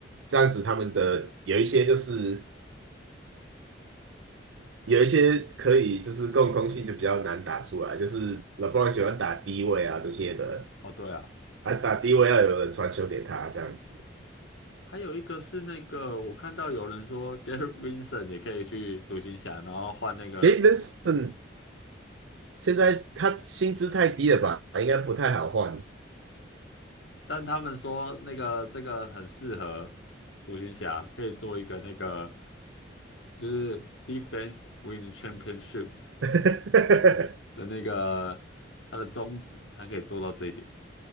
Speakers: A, on the right (about 75°); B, on the left (about 75°).
A: 这样子他们的有一些就是有一些可以就是共通性就比较难打出来，就是 LeBron 喜欢打低位啊这些的
B: 哦，对啊，
A: 啊，打低位要有人传球给他这样子。
B: 还有一个是那个，我看到有人说 Gary Vincent 也可以去独行侠，然后换那个
A: 给 v i n c e n 现在他薪资太低了吧，应该不太好换。
B: 但他们说那个这个很适合独行侠，可以做一个那个就是 defense win championship
A: <laughs>
B: <laughs> 的那个他的宗旨，他可以做到这一点。